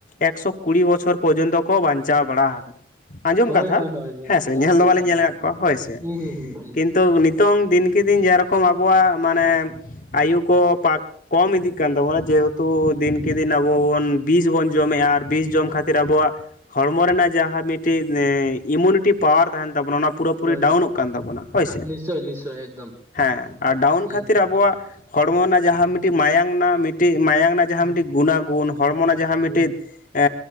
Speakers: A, on the left; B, on the right.
A: ᱮᱠᱥᱚ ᱠᱩᱲᱤ ᱵᱚᱪᱷᱚᱨ ᱯᱚᱨᱡᱚᱱᱛᱚ ᱠᱚ ᱵᱟᱧᱪᱟᱣ ᱵᱟᱲᱟ ᱟᱠᱟᱱᱟ ᱾ ᱟᱸᱡᱚᱢ
B: ᱦᱳᱭ
A: ᱠᱟᱛᱷᱟ
B: ᱦᱳᱭ ᱦᱳᱭ ᱦᱳᱭ
A: ᱦᱮᱸᱥᱮ
B: ᱦᱳᱭ
A: ᱧᱮᱞ ᱫᱚ
B: ᱵᱟᱠᱷᱟᱡ
A: ᱵᱟᱞᱮ ᱧᱮᱞ ᱠᱟᱜ ᱠᱚᱣᱟ ᱦᱳᱭ ᱥᱮ
B: ᱦᱩᱸ ᱦᱩᱸ ᱦᱩᱸ ᱦᱩᱸ
A: ᱠᱤᱱ ᱛᱚ ᱱᱤᱛᱚᱝ ᱫᱤᱱᱠᱮ ᱫᱤᱱ ᱡᱟᱨᱚᱠᱚᱢ ᱟᱵᱚᱣᱟᱜ ᱢᱟᱱᱮ ᱟᱭᱩᱵ ᱠᱚ ᱯᱟᱠ ᱠᱚᱢ ᱤᱫᱤᱜ ᱠᱟᱱ ᱛᱟᱵᱚᱱᱟ ᱡᱮᱦᱮᱛᱩ ᱫᱤᱱᱠᱮ ᱫᱤᱱ ᱟᱵᱚ ᱵᱚᱱ ᱵᱤᱥ ᱵᱚᱱ ᱡᱚᱢᱮᱜ-ᱟ ᱟᱨ ᱵᱤᱥ ᱡᱚᱢ ᱠᱷᱟᱹ- ᱛᱤᱨ ᱟᱵᱚᱣᱟᱜ ᱦᱚᱲᱢᱚ ᱨᱮᱱᱟᱜ ᱡᱟᱦᱟᱸ ᱢᱤᱴᱤᱡ ᱤᱢᱩᱱᱤᱴᱤ ᱯᱟᱣᱟᱨ ᱛᱟᱦᱮᱸᱱ ᱛᱟᱵᱚᱱᱟ ᱚᱱᱟ ᱯᱩᱨᱟᱹ ᱯᱩᱨᱤ
B: ᱦᱳᱭ
A: ᱰᱟᱣᱩᱱᱚᱜ ᱠᱟᱱ ᱛᱟᱵᱚᱱᱟ ᱦᱳᱭ ᱥᱮ
B: ᱱᱤᱥᱪᱳᱭ ᱱᱤᱥᱪᱳᱭ ᱮᱠᱫᱚᱢ
A: ᱦᱮᱸ ᱟᱨ ᱰᱟᱣᱩᱱ
B: ᱦᱩᱸ
A: ᱠᱷᱟᱹᱛᱤᱨ
B: ᱦᱩᱸ
A: ᱟᱵᱚᱣᱟᱜ ᱦᱚᱲᱢᱚ ᱨᱮᱱᱟᱜ ᱡᱟᱦᱟᱸ ᱢᱤᱫᱴᱤᱡ ᱢᱟᱭᱟᱝ ᱨᱮᱱᱟᱜ ᱢᱤᱫᱴᱤᱡ ᱢᱟᱭᱟᱝ ᱨᱮᱱᱟᱜ ᱡᱟᱦᱟᱸ
B: ᱦᱩᱸ
A: ᱢᱤᱫᱴᱤᱡ ᱜᱩᱱᱟ-ᱜᱩᱱ ᱦᱚᱲᱢᱚ ᱨᱮᱱᱟᱜ ᱡᱟᱦᱟᱸ ᱢᱤᱫᱴᱤᱡ
B: ᱦᱩᱸ
A: ᱮ